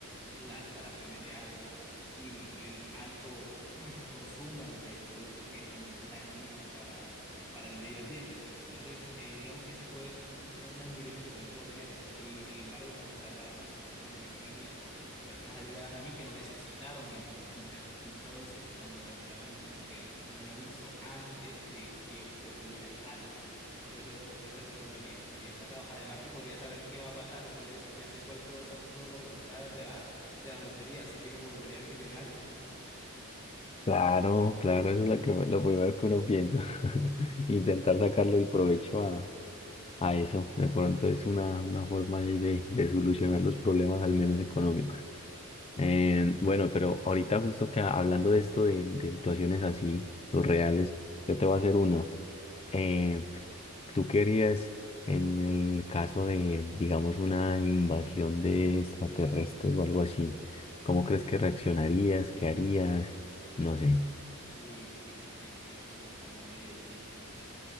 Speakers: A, in the centre; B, on the left.
A: las talaciones de árboles y el, el alto <clears throat> consumo de productos que son dañinos para, para el medio ambiente. Entonces, eh, digamos que eso fue un, un dilema que todavía puedo tener, pero sí, sin embargo, puedo salvar a muchas personas de mi familia o personas allegadas a mí que lo necesitaron en dicho entonces, cuando necesitaban como que un aviso antes de que ocurriera algo. Por eso, por esa razón también escogería el pasado. Además que podría saber qué va a pasar y cuáles, ya sé cuáles todos son todos los resultados de la, de la lotería, así que me volvería millonario.
B: Claro, claro, eso es lo que, lo primero que uno piensa. <laughs> Intentar sacarle el provecho a, a eso. De pronto es una, una forma ahí de, de solucionar los problemas, al menos económicos. Eh, bueno, pero ahorita justo que hablando de esto, de, de situaciones así, los reales, yo te voy a hacer una. Eh, ¿tú querías, en el caso de, digamos, una invasión de extraterrestres o algo así, cómo crees que reaccionarías? ¿Qué harías? No sé.
A: Uy, fíjate que eso es bastante difícil.